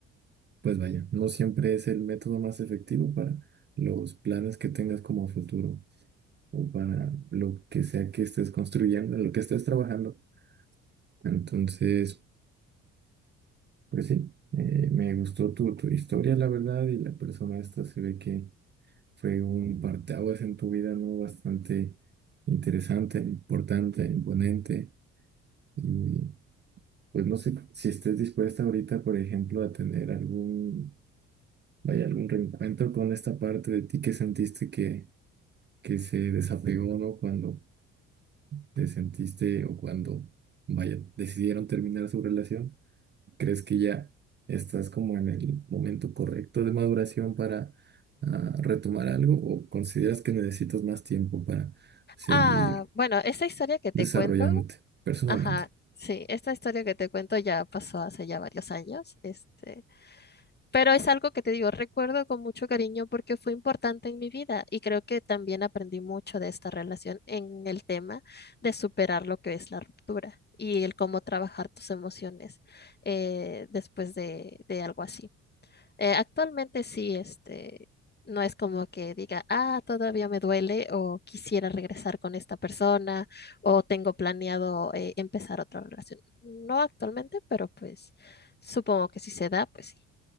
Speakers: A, on the right (about 30°); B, on the left (about 25°).
A: pues vaya, no siempre es el método más efectivo para los planes que tengas como futuro o para lo que sea que estés construyendo, en lo que estés trabajando. Entonces... Pues sí, eh, me gustó tu, tu historia, la verdad, y la persona esta se ve que fue un parteaguas en tu vida, ¿no? Bastante interesante, importante, imponente. Y pues no sé si estés dispuesta ahorita, por ejemplo, a tener algún, vaya, algún reencuentro con esta parte de ti que sentiste que, que se desapegó, ¿no? Cuando te sentiste o cuando, vaya, decidieron terminar su relación. ¿Crees que ya estás como en el momento correcto de maduración para ah, retomar algo o consideras que necesitas más tiempo para seguir
B: Ah, bueno, esta historia que te
A: desarrollándote
B: cuento,
A: personalmente?
B: ajá, sí, esta historia que te cuento ya pasó hace ya varios años, este. Pero es algo que te digo, recuerdo con mucho cariño porque fue importante en mi vida y creo que también aprendí mucho de esta relación en el tema de superar lo que es la ruptura y el cómo trabajar tus emociones eh, después de, de algo así. Eh, actualmente sí, este, no es como que diga, ah, todavía me duele o quisiera regresar con esta persona o tengo planeado eh, empezar otra relación. No actualmente, pero pues supongo que si se da, pues sí